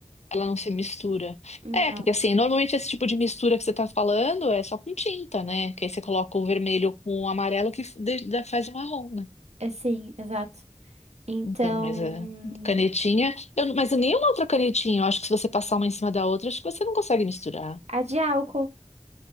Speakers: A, on the left; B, on the right.
A: Ela não se mistura.
B: Hum,
A: É,
B: Não,
A: porque assim, normalmente esse tipo de mistura que você tá falando é só com tinta, né? Que aí você coloca o vermelho com o amarelo que f- de- da- faz o marrom, né?
B: é sim, exato. Então,
A: Então, mas a canetinha. Eu, não- mas nenhuma outra canetinha. Eu acho que se você passar uma em cima da outra, acho que você não consegue misturar.
B: a de álcool.